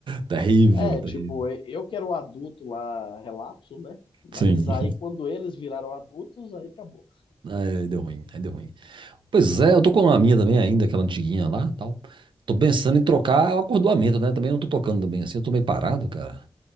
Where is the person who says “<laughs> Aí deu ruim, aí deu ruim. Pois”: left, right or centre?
Right